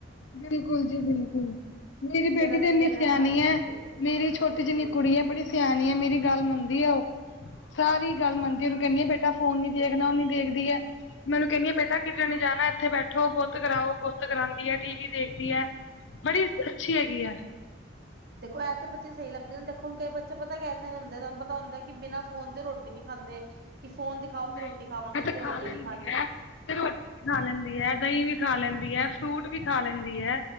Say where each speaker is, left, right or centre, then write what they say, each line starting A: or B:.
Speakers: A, on the left; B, on the right.
A: ਬਿਲਕੁਲ ਜੀ ਬਿਲਕੁਲ ਮੇਰੀ ਬੇਟੀ
B: ਫੇਰ ਅਸੀਂ
A: ਤੇ ਇੰਨੀ
B: ਕਹਿੰਦੇ
A: ਸਿਆਣੀ
B: ਸਾਡਾ
A: ਹੈ, ਮੇਰੀ ਛੋਟੀ ਜਿੰਨੀ
B: ਜੀ
A: ਕੁੜੀ
B: ਜੀ
A: ਹੈ, ਬੜੀ ਸਿਆਣੀ ਐ, ਮੇਰੀ ਗੱਲ ਮੰਨਦੀ ਐ ਉਹ ਸਾਰੀ ਗੱਲ ਮੰਨਦੀ ਐ, ਉਹਨੂੰ ਕਹਿੰਦੀ ਆ ਬੇਟਾ ਫੋਨ ਨੀ ਦੇਖਣਾ, ਉਹ ਨੀ ਦੇਖਦੀ ਐ। ਮੈ ਔਨੂੰ ਕਹਿੰਦੀ ਆ, ਬੇਟਾ ਕਿਧਰੇ ਨੀ ਜਾਣਾ, ਇੱਥੇ ਬੈਠੋ ਗੁੱਤ ਕਰਾਓ ਗੁੱਤ ਕਰਾਉਦੀ ਹੈ। ਟੀ ਵੀ ਦੇਖਦੀ ਹੈ, ਬੜੀ ਅੱਛੀ ਹੈਗੀ ਐ
B: ਦੇਖੋ ਐਸੇ ਬੱਚੇ ਸਹੀ ਲੱਗਦੇ ਨੇ, ਦੇਖੋ ਹੁਣ ਕਈ ਬੱਚ ਪਤਾ ਕੈਸੇ ਹੁੰਦੇ, ਤੁਹਾਨੂੰ ਪਤਾ ਹੁੰਦਾ ਕਿ ਬਿਨਾਂ ਫੋਨ ਤੇ ਰੋਟੀ ਰੋਟੀ ਨੀ ਖਾਂਦੇ, ਕਿ ਫੋਨ ਦਿਖਾਓ ਤੇ
A: ਨਹੀਂ
B: ਰੋਟੀ ਖਾਵਾਂਗੇ,
A: ਇਹ
B: ਨਹੀ ਤੇ
A: ਖਾ
B: ਰੋਟੀ
A: ਲੈਂਦੀ
B: ਨੀ ਖਾਣੀ
A: ਹੈ ਤੇ ਰੋਟੀ ਵੀ ਖਾ ਲੈਂਦੀ ਹੈ, ਦਹੀਂ ਵੀ ਖਾ ਲੈਂਦੀ ਹੈ, ਫਰੂਟ ਵੀ ਖਾ ਲੈਂਦੀ ਹੈ।